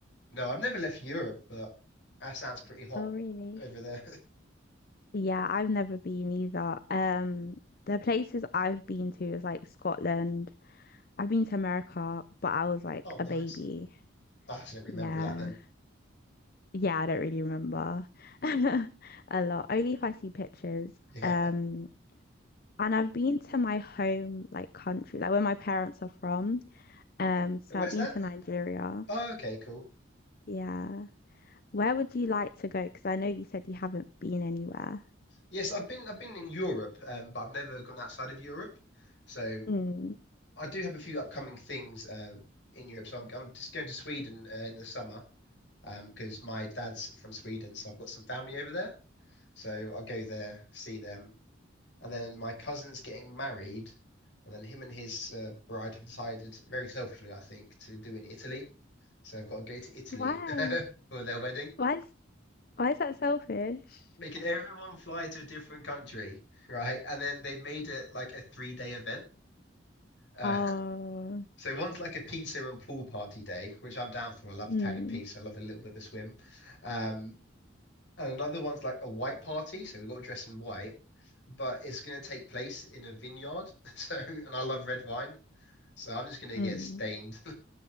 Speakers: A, on the left (about 65°); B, on the left (about 50°).
A: No, I've never left Europe, but that sounds pretty hot
B: Oh, really?
A: over there. <laughs>
B: Yeah, I've never been either. Um, the places I've been to is like Scotland. I've been to America, but I was like
A: Oh, nice.
B: a baby.
A: Ah, so I didn't remember
B: Yeah.
A: that then.
B: Yeah, I don't really remember <laughs> a lot. Only if I see pictures.
A: <laughs> Yeah.
B: Um, and I've been to my home like country, like where my parents are from. Um, so
A: Where's
B: I've been
A: that?
B: to Nigeria.
A: Oh, okay, cool.
B: Yeah. Where would you like to go? Because I know you said you haven't been anywhere.
A: Yes, I've been I've been in Europe, um, but I've never gone outside of Europe. So
B: Mm.
A: I do have a few upcoming things uh, in Europe. So I'm I'm just going to Sweden uh, in the summer um, because my dad's from Sweden, so I've got some family over there. So I'll go there, see them, and then my cousin's getting married, and then him and his uh, bride have decided, very selfishly, I think, to do in Italy. So I've got to go to Italy
B: Why?
A: <laughs> for their wedding,
B: Why is why is that selfish?
A: making everyone fly to a different country, right? And then they've made it like a three-day event. Uh,
B: Oh.
A: <laughs> so one's like a pizza and pool party day, which I'm down for. I love
B: Mm.
A: Italian pizza. I love a little bit of a swim. Um, and another one's like a white party, so we've got to dress in white, but it's going to take place in a vineyard. <laughs> So, and I love red wine. So I'm just gonna
B: Mm.
A: get stained